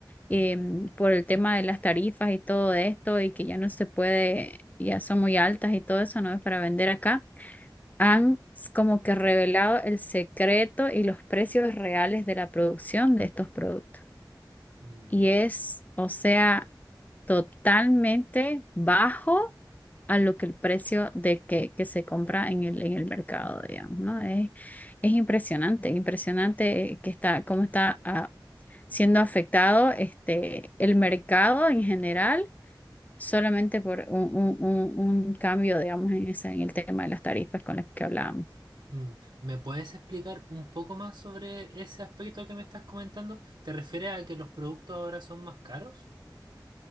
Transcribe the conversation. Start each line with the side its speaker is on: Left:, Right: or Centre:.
Left: em, por el tema de las tarifas y todo esto y que ya no se puede, ya son muy altas y todo eso, no es para vender acá. Han s- como que revelado el secreto y los precios reales de la producción de estos productos.
Right: Mm.
Left: Y es, o sea, totalmente bajo a lo que el precio de que, que se compra en el, en el mercado, digamos, ¿no? Es, es impresionante, impresionante eh, que está, cómo está ah, siendo afectado este, el mercado en general solamente por un, un- un- un cambio, digamos, en ese, en el tema de las tarifas con las que hablábamos.
Right: Mm, ¿Me puedes explicar un poco más sobre ese aspecto que me estás comentando? ¿Te refieres a que los productos ahora son más caros?